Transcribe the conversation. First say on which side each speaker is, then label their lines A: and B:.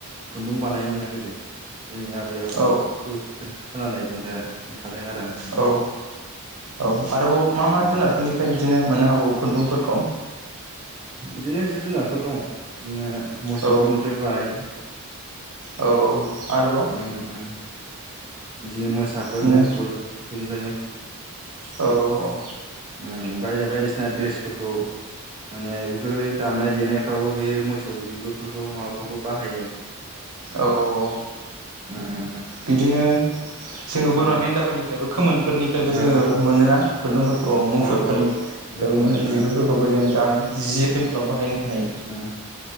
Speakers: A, on the right (about 25°); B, on the right (about 80°).
A: खुन्दुं बानायोमोन आरो गोदो जोंनिया आब बेयाव उम
B: औ
A: <unintelligible> खानानाय बुंदों आरो खोनथादों आरो आंनो।
B: औ औ आरोबाव मा मा
A: उम
B: जुनारफोरनिफ्राय बिदिनो मोननो हाबावो खुन्दुंफोरखौ?
A: बिदिनो जिब जुनारफोर दंङ बिदिनो मोसौफोरनिफ्राय
B: औ
A: बानायो।
B: औ। आरोबाव
A: उम उम। बिदिनो मोसाफोर
B: बिदिनो
A: मुफुर बेफोरनिफ्रायनो।
B: औ औ औ।
A: उम उम बाय बायदिसिना द्रेसफोरखौ माने बेफोरबायदि दामनाय देनायफ्रावबो बे मोसौ बिगुरफोरखौ माबाफोरखौ बाहायो।
B: औ औ औ।
A: उम उम
B: बिदिनो जोंङो बोरमा
A: उम
B: मेन्दाफोरनिफ्रायबो खोमोनफोरनिफ्रायबो जोङो
A: औ औ
B: मोनोना? खुन्दुंफोरखौ मुफुरफोरनिफ्रायबो
A: औ औ बोरमा
B: माने
A: मेन्दा
B: बिगुरफोरखौबो जों
A: गुफुर
B: दानाय जि जोमफ्राव बाहायनो हायो
A: उम